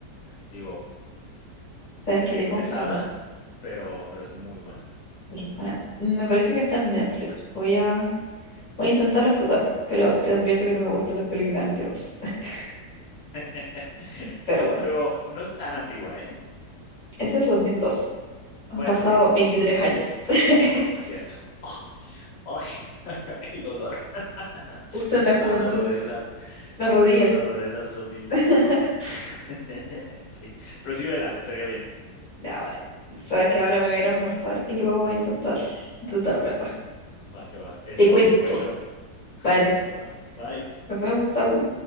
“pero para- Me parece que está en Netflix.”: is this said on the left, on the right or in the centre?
Left